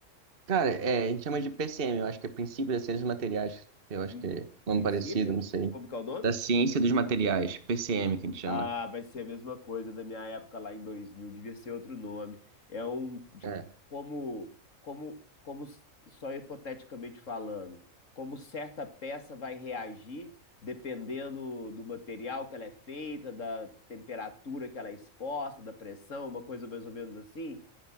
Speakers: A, on the right; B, on the left.
A: Cara, é, a gente chama de PCM, eu acho que é Princípio da Ciência dos Materiais. Eu acho
B: Prin-
A: que é nome
B: Princípio?
A: parecido, não sei.
B: Como que é o nome?
A: Da Ciência dos Materiais, PCM que a gente chama.
B: Ah, vai ser a mesma coisa da minha época lá em 2000. devia ser outro nome. É um de-
A: É.
B: como como como s- só hipoteticamente falando, como certa peça vai reagir dependendo do material que ela é feita, da temperatura que ela é exposta, da pressão, uma coisa mais ou menos assim.